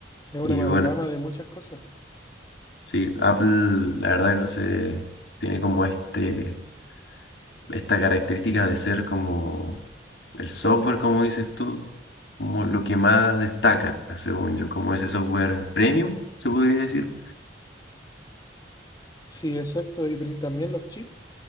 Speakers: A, on the left; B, on the left.
A: Es una
B: Y
A: amalgama
B: bueno,
A: de muchas cosas.
B: sí, Apple la verdad que no sé, tiene como este... esta característica de ser como el software, como dices tú, como lo que más destaca, según yo, como ese software premium, se podría decir.
A: Sí, exacto. Y pri- también los chips.